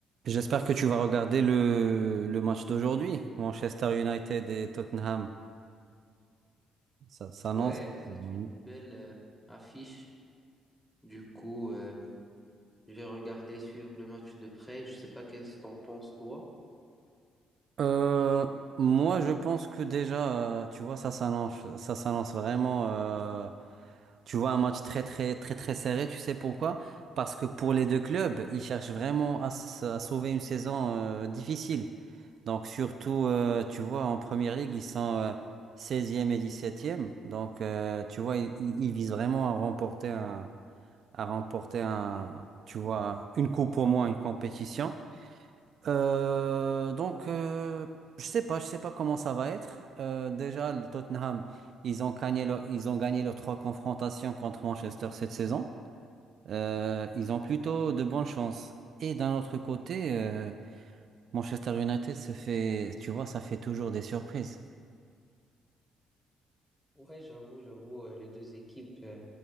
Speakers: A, on the right; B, in the centre.
A: J'espère que tu vas regarder le, le match d'aujourd'hui, Manchester United et Tottenham. Ça s'annonce.
B: Ouais, c'est
A: Mhm.
B: une belle euh, affiche. Du coup, euh, je vais regarder, suivre le match de près. Je sais pas qu'est-ce que t'en penses, toi.
A: Euh, moi, je pense que déjà, euh, tu vois, ça s'annonce, ça s'annonce vraiment. euh, tu vois, un match très, très, très, très serré. Tu sais pourquoi? Parce que pour les deux clubs, ils cherchent vraiment à, s- à sauver une saison euh, difficile. Donc, surtout, euh, tu vois, en première ligue, ils sont euh, 16 et dix septième. Donc, euh, tu vois, ils, ils ils visent vraiment à remporter à remporter un, tu vois, une coupe au moins, une compétition. Euh, donc, euh, je sais pas, je sais pas comment ça va être. Euh, déjà, le Tottenham, ils ont gagné, leur- ils ont gagné leurs trois confrontations contre Manchester cette saison. Euh, ils ont plutôt de bonnes chances. Et d'un autre côté, euh, Manchester United se fait, tu vois, ça fait toujours des surprises.
B: Ouais, j'avoue, j'avoue, euh, les deux équipes euh,